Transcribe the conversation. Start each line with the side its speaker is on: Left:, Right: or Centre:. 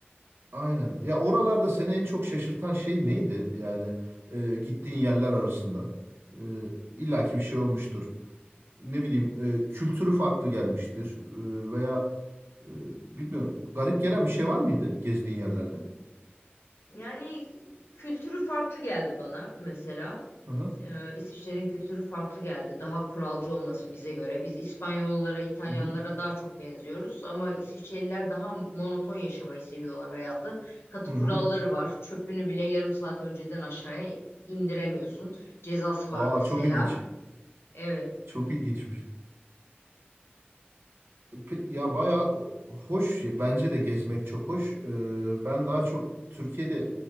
Right: aynen. Ya oralarda seni en çok şaşırtan şey neydi? Yani e, gittiğin yerler arasında. E, illaki bir şey olmuştur. Ne bileyim e, kültürü farklı gelmiştir. E, veya e, bilmiyorum garip gelen bir şey var mıydı gezdiğin yerlerde?
Left: Yani kültürü farklı geldi bana mesela.
Right: Hı hı.
Left: Ee, İsviçre'nin kültürü farklı geldi. Daha kuralcı olması bize göre. Biz İspanyollara, İtalyanlara
Right: Hı hı.
Left: daha çok benziyoruz ama İsviçreliler daha monoton yaşamayı seviyorlar hayatı. Katı
Right: Hı hı.
Left: kuralları var. Çöpünü bile yarım saat önceden aşağıya indiremiyorsun. Cezası var
Right: Aa
Left: mesela.
Right: çok ilginç.
Left: Evet,
Right: Çok ilginçmiş. Pe- Ya bayağı hoş. Bence de gezmek çok hoş. Ee, ben daha çok Türkiye'de